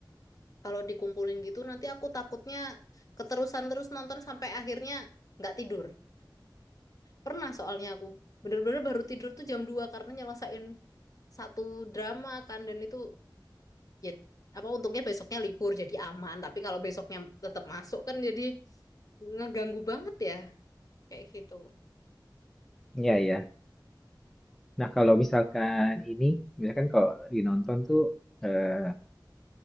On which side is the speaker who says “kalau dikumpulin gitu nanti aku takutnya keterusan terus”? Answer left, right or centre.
Left